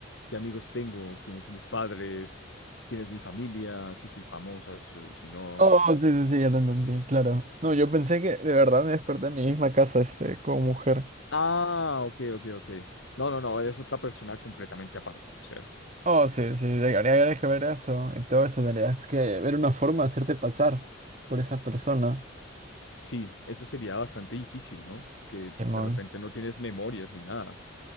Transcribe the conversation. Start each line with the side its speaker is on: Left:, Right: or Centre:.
Left: qué amigos tengo, quiénes son mis padres, quién es mi familia, si soy famosa, si, so- si no.
Right: Oh, sí, sí, sí, ya te entendí, claro. No, yo pensé que de verdad me desperté en mi misma casa, este, como mujer.
Left: Ah, ok, ok, ok. No, no, no, eres otra persona completamente aparte, o sea,
Right: Oh, sí, sí, de- habría habría que ver eso y todo eso, tendrías que ver una forma de hacerte pasar por esa persona,
Left: sí, eso sería bastante difícil, ¿no? Que de
Right: Simón.
Left: repente no tienes memorias ni nada.